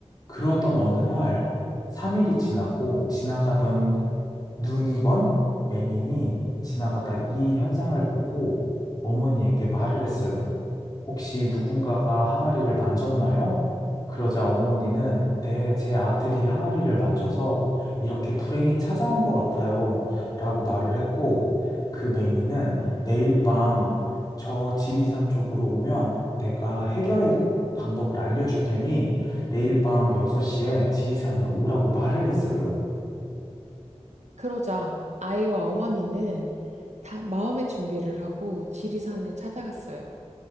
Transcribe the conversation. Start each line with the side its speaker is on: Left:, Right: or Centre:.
Left: 그러던 어느 날 3일이 지나고 지나가던 눈이 먼 맹인이 지나가다 이 현상을 보고 어머니에게 말을 했어요. 혹시 누군가가 항아리를 만졌나요? 그러자 어머니는 네, 제 아들이 항아리를 만져서 이렇게 불행이 찾아온 것 같아요. 라고 말을 했고, 그 맹인은 내일 밤 저 지리산 쪽으로 오면 내가 해결의 방법을 알려줄 테니 내일 밤 6시에 지리산으로 오라고 말을 했어요.
Right: 그러자 아이와 어머니는 다 마음의 준비를 하고 지리산을 찾아갔어요.